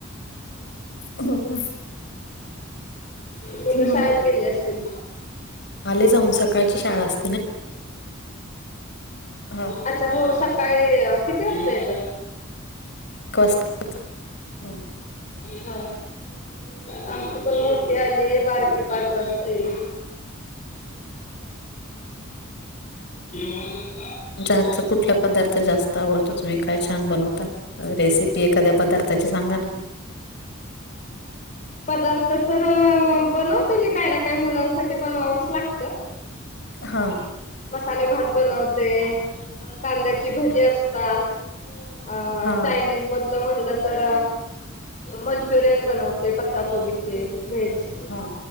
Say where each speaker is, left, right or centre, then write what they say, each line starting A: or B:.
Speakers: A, on the left; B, on the left.
A: ह्म्म ह्म्म.
B: मुलं
A: हम्म.
B: शाळेत गेली असतील?
A: आले जाऊन, सकाळची शाळा अस हा
B: अच्छा हो सकाळी, किती वाजता येतात?
A: ऐक वाजता येतात, हं.
B: होय, आमची पण मोठी आलेय बारकी पाच वाजता येईल. <unintelligible>
A: तुमच्या हातचा कुठला पदार्थ जास्त आवडतो, तुम्ही काय छान बनवता रेसिपी? एखाद्या पदार्थाची सांगा ना.
B: पदार्थ तर बनवते मी काय ना काय मुलांसाठी बनवावंच लाग
A: हा.
B: मसाले भात बनवते, कांद्याची भजी असतात. अ
A: हा
B: चायनीज मधलं म्हटलं, तर मंचुरियन बनवते पत्ता कोबीची. व्हेज
A: हा